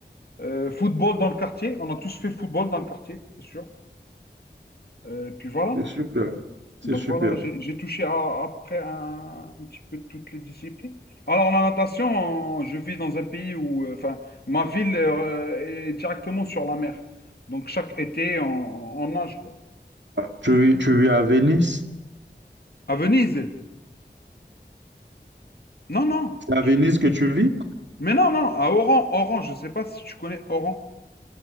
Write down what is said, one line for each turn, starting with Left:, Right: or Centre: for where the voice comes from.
Left: Euh, football dans le quartier. On a tous fait football dans le quartier, c'est sûr. Euh, puis voilà.
Right: C'est super. C'est
Left: Donc
Right: super.
Left: voilà, j'ai j'ai touché à, à un, un petit peu toutes les disciplines. Alors la natation, euh, je vis dans un pays où, euh, enfin, ma ville euh, est directement sur la mer. Donc chaque été, on, on nage, quoi.
Right: Ah, Tu vis, tu vis à Venise?
Left: À Venise? Non, non.
Right: C'est à
Left: Je-
Right: Venise que tu vis?
Left: Mais non, non, à Oran. Oran, je ne sais pas si tu connais Oran.